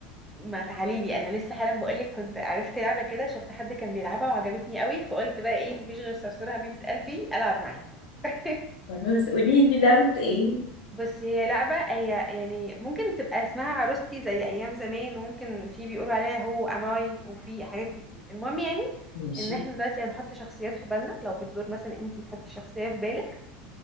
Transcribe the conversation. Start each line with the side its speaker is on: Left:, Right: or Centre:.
Centre: ما تعالي لي انا لسه حالا بقولك كنت عرفت لعبه كده شفت حد كان بيلعبها وعجبتني قوي فقلت بقى ايه مفيش غير صرصور حبيبه قلبي العب معاه <laughs>
Left: خلاص قولي لي لعبه ايه
Centre: بس هي لعبه هي يعني ممكن تبقى اسمها عروستي زي ايام زمان وممكن في بيقولوا عليها هو اماي وفي حاجات كتير المهم يعني
Left: ماشي
Centre: ان احنا دلوقتي هنحط شخصيات في بالنا لو بتدور مثلا انتي تحطي شخصيه في بالك